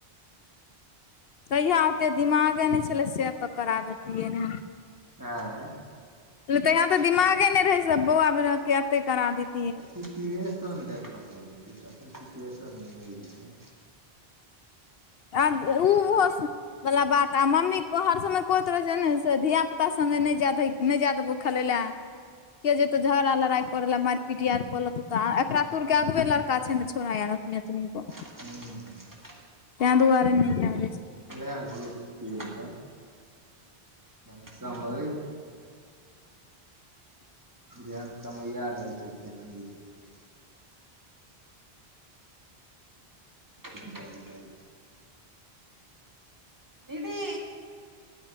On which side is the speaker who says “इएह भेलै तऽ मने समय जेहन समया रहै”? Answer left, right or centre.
Right